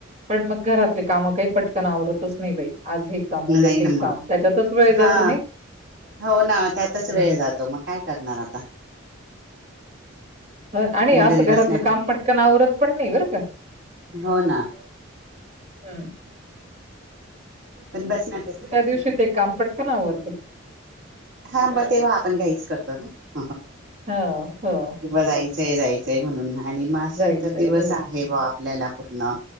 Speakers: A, on the right (about 35°); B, on the right (about 60°).
A: पण मग घरातले काम काही पटकन आवरतच नाही बा आज हे काम उद्या
B: नाही
A: ते
B: ना
A: हे
B: मग
A: काम त्याच्यातच वेळ जातो
B: हा
A: नाही
B: हो ना त्यातच
A: हम्-
B: वेळ जातो मग काय करणार आता
A: ह आणि
B: पण घरी
A: असं घरातलं
B: बसण्यापेक्षा
A: काम पटकनवरत पण नाही बरं का
B: हो ना
A: ह-
B: पण बसण्या
A: दिवशी ते काम पटकन आवरतं.
B: हा मग तेव्हा आपण घाईच करतो ना.
A: हं, हो.
B: की बजाई- जायचंय म्हणून आणि मा असं
A: जायचंय.
B: तर दिवस
A: हो.
B: आहे बा आपल्याला. पटणा